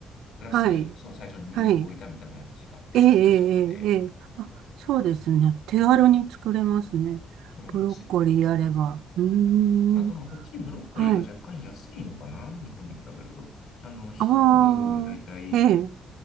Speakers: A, on the left; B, on the right.
A: プラス、
B: はい、
A: その最初にニンニクを炒めたぐらいの時間で作れちゃうので、
B: はい。ええ、ええ、ええ。あ、そうですね。手軽に作れますね。
A: そうなんですよ。
B: ブロッコリーあれば。うーん、
A: あと、まあ、こっちにブロッコリーが若干安いのかな、
B: はい。
A: 日本に比べると。あの、1株だいたい
B: ああ、ええ。